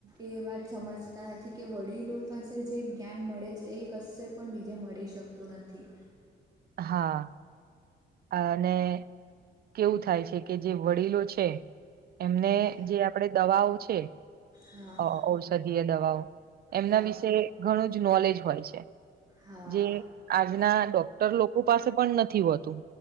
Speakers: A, on the right (about 20°); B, on the right (about 50°).
A: એ વાત સમજ તા નથી કે વડીલો પાસે જે જ્ઞાન મળે છે, એ કશે પણ બીજે મળી શકતું નથી.
B: હા અને કેવું થાય છે કે જે વડીલો છે એમને
A: હા
B: જે આપણે દવાઓ છે,
A: હા
B: અ ઔષધીય દવાઓ. એમના
A: હા
B: વિશે ઘણું જ નોલેજ હોય છે.
A: હા
B: જે આજના ડોક ટર લોકો પાસે પણ નથી હોતું.